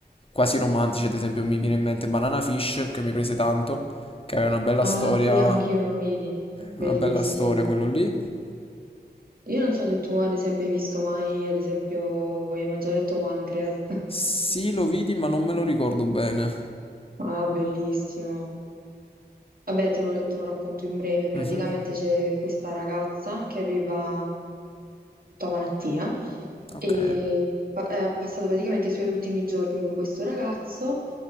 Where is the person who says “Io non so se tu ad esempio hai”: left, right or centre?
Right